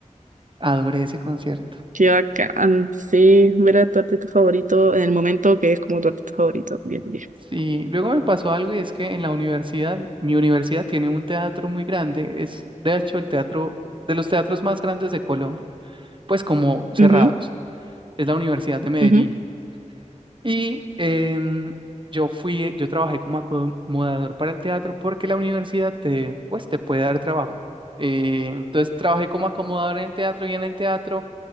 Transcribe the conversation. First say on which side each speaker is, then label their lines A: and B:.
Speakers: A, on the right (about 40°); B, on the right (about 75°).
A: Adoré ese concierto.
B: Qué bacán. Sí, ver a tu artista favorito en el momento que es como tu artista favorito. Bien, bien.
A: Sí, luego me pasó algo y es que en la universidad, mi universidad tiene un teatro muy grande, es de hecho el teatro de los teatros más grandes de Colombia, pues como cerrados.
B: Ujú,
A: es la Universidad de Medellín.
B: ujú.
A: Y em, yo fui, yo trabajé como acomodador para el teatro porque la universidad te, pues, te puede dar trabajo. Eh, entonces trabajé como acomodador en el teatro y en el teatro